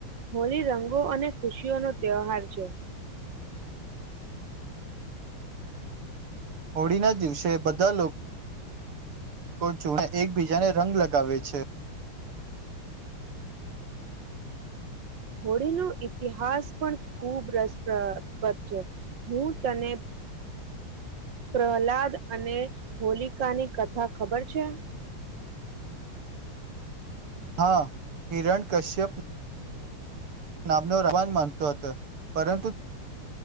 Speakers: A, on the right; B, on the right.
A: હોળી રંગો અને ખુશીઓ નો તહેવાાર છે.
B: હોળીના દિવસે બધા લોકો જો એકબીજાને રંગ લગાવે છે
A: <inaudible> હોળીનો ઈતિહાસ પણ ખુબ રસપ્રપદ છે હું તને પ્રહલાદ અને હોલિકાની કથા ખબર છે
B: હા હિરણ કશ્યપ હલો રાવણ માનતો હતો પરંતુ